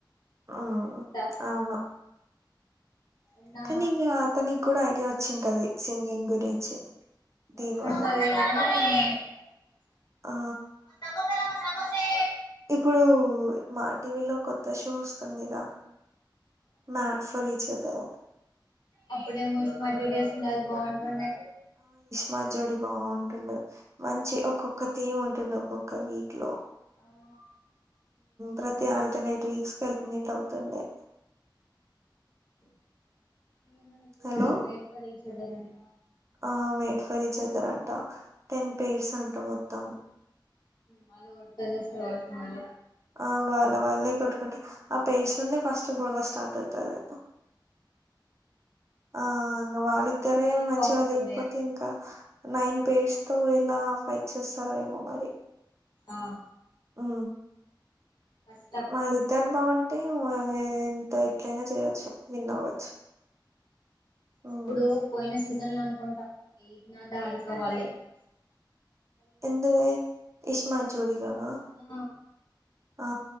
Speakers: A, on the right; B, on the left.
A: ఆ
B: అంతా
A: అవును
B: ఉన్నా
A: కానీ ఇంకా అతనికి కూడా ఐడియా వచ్చింటది సింగింగ్ గురించి దీనివల్ల.
B: చంట లే <unintelligible>
A: ఆ
B: మ సమోసాల మ సమోసే
A: ఇప్పుడు మా టీవీ లో కొత్త షో వస్తుందిగా మాడెఫోర్ ఈచ్చధర్
B: అప్పుడే మష్ అది బాగుంటుండే
A: మాజోడి బాగుంటుడు మంచి ఒక్కొక్క థీమ్ ఉంటుడు ఒక్కొక్క వీక్ లో
B: అవును
A: ప్రతి
B: అది ఇప్పుడు
A: ఆల్టర్నేట్ వీక్స్ కల్పినట్ అవుతుండే
B: ఏను అప్పుడది
A: hello!
B: Made for each other అంట
A: ఆ మేడ్ ఫర్ ఈచ్ ఆథర్ అంట టెన్ పేర్స్ అంట మొత్తం
B: మళ్ళీ కొటుగా చేస్తారు వాచ్చు మళ్ళీ
A: ఆ వాళ్ళ వాళ్ళే కట్టుకుంట ఆ పేర్స్లన్న ఫస్ట్ గొడవ స్టార్ట్ అవుతుంది ఆ ఇంకా వాళ్ళిద్దరే
B: ఇస్మాన్ జోడియే
A: మంచిగా
B: బాగుంటుండే
A: లేకపోతే ఇంకా నైన్ పేర్స్ తో ఇలా ఫైట్ చేస్తారో ఏమో మరి
B: ఆ
A: ఉ
B: కష్టం
A: మాదిిద్దరు బాగుంట అంటే ఇంత ఎట్లయినా చేయొచ్చు విన్ అవ్వచ్చు మ్మ్
B: ఇప్పుడు పోయినస్ సీజన్లనుకుంటాం వేగిన దాని కావాలే.
A: ఎందుగే ఇష్మా చోరీలోనా
B: ఆ
A: ఆ